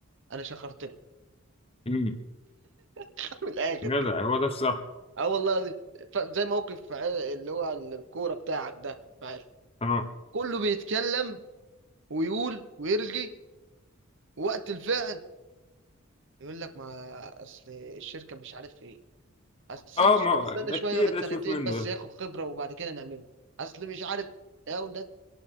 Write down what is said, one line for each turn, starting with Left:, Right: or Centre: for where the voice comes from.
Right: انا شخرت له
Left: امم
Right: <laughs> من الاخر
Left: جدع
Right: كده
Left: هو ده الصح
Right: اه والله العظيم. ف- زي موقف ع- اللي هو الكوره بتاعك ده معايا.
Left: اه
Right: كله بيتكلم ويقول ويرغي وقت الفعل يقول لك ما اصل الشركه مش عارف ايه اصل استنى
Left: اه
Right: شويه
Left: ما
Right: استنى
Left: ده
Right: شويه
Left: كتير
Right: يقعد
Left: ده
Right: سنتين
Left: تشوف منه
Right: بس
Left: ده
Right: ياخد خبره وبعد كده نعمله اصل مش عارف يا ولاد